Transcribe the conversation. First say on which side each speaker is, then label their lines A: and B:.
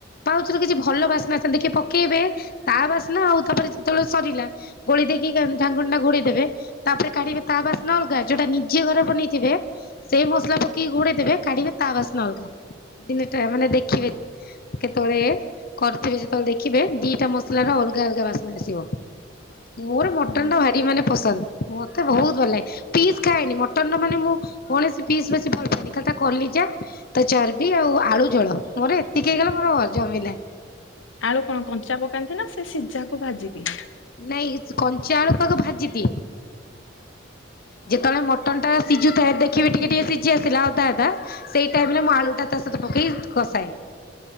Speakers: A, on the left; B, on the left.
A: ପାଉଚ୍ ର କିଛି ଭଲ ବାସ୍ନା ସେମିତି କି ପକେଇବେ ତା ବାସ୍ନା ଆଉ ତାପରେ ଯେତେବେଳେ ସରିଲା ଗୋଳେଇ ଦେଇକି ଢାଙ୍କୁଣିଟା ଘୋଡେଇ ଦେବେ ତାପରେ କାଢିବେ ତା ବାସ୍ ବାସ୍ନା ଅଲଗା ଯୋଉଟା ନିଜେ ଘରେ ବନେଇଥିବେ ସେଇ ମସଲା ପକେଇକି ଘୋଡେଇ ଦେବେ କାଢିବେ ତା ବାସ୍ନା ଅଲଗା। ଦିନେଟା ମାନେ ଦେଖିବେ କେତେବେଳେ? କରିଥିବେ ଯେତେବେଳେ ଦେଖିବେ ଦିଟା ମସଲାର ଅଲଗା ଅଲଗା ବାସ୍ନା ଆସିବ। ମୋର ମଟନ୍
B: ହଁ
A: ଟା ଭାରି ମାନେ ପସନ୍ଦ ମତେ ବହୁତ ଭଲ ଲାଗେ ପିସ ଖାଏନି ମ ମାନେ ମୁଁ କୌଣସି ପିସ୍ ବେଶ ଭଲ ପାଏନି ଖାଲି କଲିଜା ତ ଚର୍ବି ଆଉ ଆଳୁ ଯୋଳ ମୋର ଏତିକି ହେଇଗଲା ମୋର ଜମିଲା।
B: ଆଳୁ କଣ କଞ୍ଚା ପକାନ୍ତି ନା ସେ ସିଝା କୁ ଭାଜିକି?
A: ନାଇଁ କଞ୍ଚା ଆଳୁ ତାକୁ ଭାଜିଦିଏ। ଯେତେବେଳେ ମଟନ ଟା ସିଝୁଥାଏ ଦେଖିବି ଟିକେ ଟିକେ ସିଝି ଆସିଲା ଅଧା ଅଧା। ସେଇ ଟାଇମରେ ମୁଁ ଆଳୁଟା ତା ସହିତ ପକେଇ କଷାଏ।